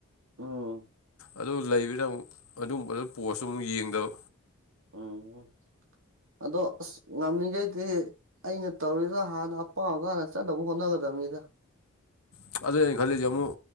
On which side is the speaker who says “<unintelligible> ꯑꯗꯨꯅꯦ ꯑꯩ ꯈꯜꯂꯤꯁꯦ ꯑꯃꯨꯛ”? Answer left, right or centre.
Left